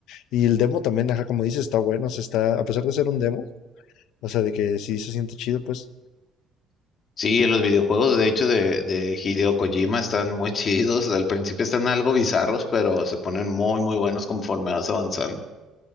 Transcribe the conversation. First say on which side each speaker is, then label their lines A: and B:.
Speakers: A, on the left; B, on the left.
A: Y el demo también, ajá, como dices, está bueno, o sea, está, a pesar de ser un demo, o sea, de que sí se siente chido, pues,
B: Sí, los videojuegos, de hecho, de, de Hideo Kojima están muy <laughs> chidos. Al principio están algo bizarros, pero se ponen muy, muy buenos conforme vas avanzando.